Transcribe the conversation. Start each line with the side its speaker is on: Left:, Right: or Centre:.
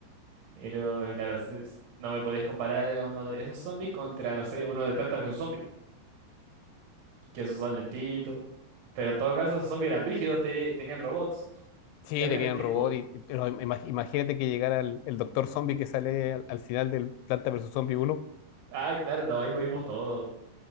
Right: Pero, claro, se- no me podés comparar a uno de esos zombies contra, no sé, uno de planta versus zombie. que esos son lentitos. Pero en todo caso, esos zombies eran brígidos, te- tenían robots
Left: Sí,
Right: y viajan
Left: tenían
Right: en el tiempo.
Left: robot, y, y- pero ima- imagínate que llegara el, el doctor zombie que sale al, al final del Planta versus Zombie uno
Right: Ah, claro, no, ahí morimos todos.